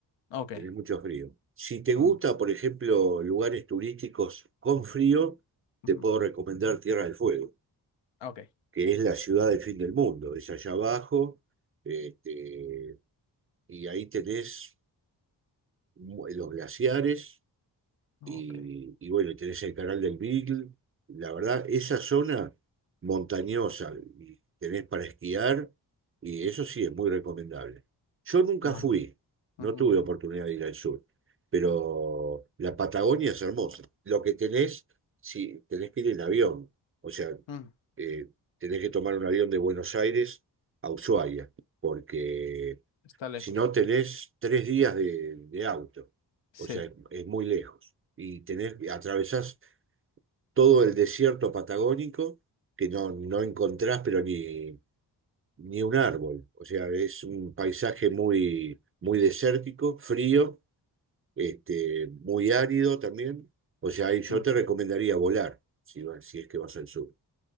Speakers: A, on the left; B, on the right.
A: Ok.
B: tenés mucho frío. Si te
A: Mm,
B: gusta, por ejemplo, lugares turísticos con frío, te
A: ujú.
B: puedo recomendar Tierra del Fuego,
A: Ok.
B: que es la ciudad del fin del mundo, es allá abajo, este, y ahí tenés los glaciares
A: Ok.
B: y, y bueno, tenés el canal del Beagle. La verdad, esa zona montañosa y tenés para esquiar y eso sí es muy recomendable. Yo nunca
A: No.
B: fui, no
A: Ujú.
B: tuve oportunidad de ir al sur, pero la Patagonia es hermosa. Lo que tenés, sí, tenés que ir en avión, o sea,
A: Mm,
B: eh, tenés que tomar un avión de Buenos Aires a Ushuaia, porque
A: Está lejos.
B: si no tenés tres días de, de auto,
A: Sí.
B: o sea, es, es muy lejos. Y tenés, atravesás todo el desierto patagónico que no, no encontrás, pero ni, ni un árbol. O sea, es un paisaje muy, muy desértico, frío, este, muy árido también. O sea, ahí yo
A: Mm,
B: te recomendaría volar, si, va- si es que vas al sur.